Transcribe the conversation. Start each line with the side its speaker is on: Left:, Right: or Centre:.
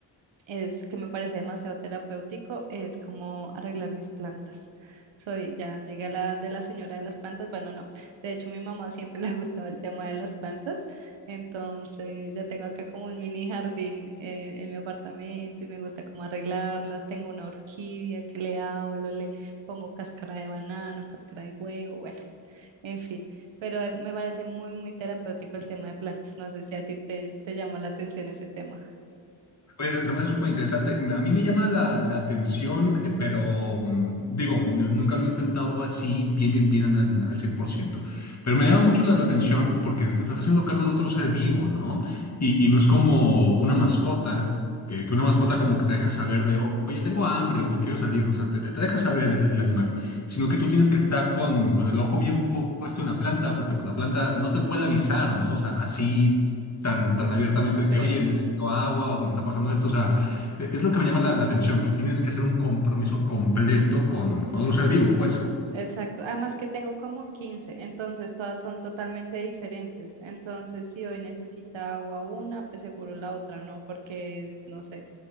Right: es que me parece demasiado terapéutico, es como arreglar mis plantas. Soy, ya llegué a la edad de la señora de las plantas, bueno, no, de hecho mi mamá siempre <laughs> le ha gustado el tema de las plantas, entonces ya tengo acá como un mini jardín eh, en mi apartamento y me gusta como arreglarlas, tengo una orquídea que le hablo, le pongo cáscara de banano, cáscara de huevo, bueno, en fin, pero eh, me parece muy, muy terapéutico el tema de plantas, no sé si a ti te, te llamó la atención ese tema.
Left: Oye, se, se me hace súper interesante. Me- A mí me llama la, la atención, eh, pero mm, digo, nu- nunca lo he intentado así bien, bien, bien an- al cien por ciento Pero me llama mucho la, la atención porque te estás haciendo cargo de otro ser vivo, ¿no? Y, y no es como una mascota, que, que una mascota como que te deja saber de, "O- oye, tengo hambre o quiero salir, o sea, te, te, te deja saber el, el animal. Sino que tú tienes que estar con, con el ojo bien pu- puesto en la planta porque pues la planta no te puede avisar, ¿no? O sea, así tan, tan abiertamente de
Right: Sí.
Left: que, oye, necesito agua o me está pasando esto. O sea, e- es lo que me llama la, la atención, que tienes que hacer un compromiso completo con, con otro ser vivo, pues.
Right: Exacto, además que tengo como 15, entonces todas son totalmente diferentes. Entonces, si hoy necesita agua una, pues seguro la otra no, porque es, no sé,